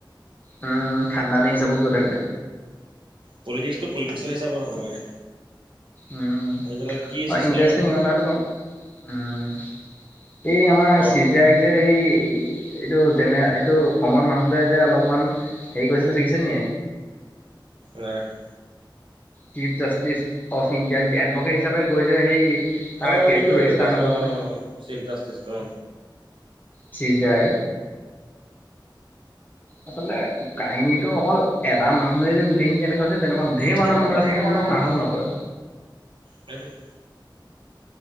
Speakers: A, on the left; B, on the right.
A: উম খান্দানি হিচাপত গৈ থাকে।
B: পলিটিক্সটো পলিটিক্স হিচাপ হব লাগে।
A: উম,
B: এইবিলাক কি চিষ্টেম
A: ইন্টাৰেষ্টিং
B: আৰু
A: <unintelligible> উম এই আমাৰ
B: ক
A: চি, যেক যে এই এইটো যেনে এইটো কমন মানুহটোৱে যে অলপমান, হেৰি কৰিছিলো দেখিছে নি?
B: নাই দেখা।
A: চিফ জাষ্টিচ অফ ইণ্ডিয়াক যে এডভকেট হিচাপে গৈ যে সেই, তাৰ
B: অ
A: কেছটো
B: সেইটো সেইটো
A: ৰেজিষ্টাৰ
B: পাইছিলো
A: নকৰা কাৰণে
B: অ অ অ চিফ জাষ্টিচটো অ,
A: চি যায়, আচলতে কাহিনীতটো অকল এটা মানুহে যে গোটেইখিনি যেনেকা আছে তেনেকুৱা, ধেৰ মানুহ
B: তেনেকুৱা
A: মানুহ আছে
B: ধেৰ
A: কিন্তু কোনো সাহস
B: মানে
A: নকৰে।
B: সেইটোৱে।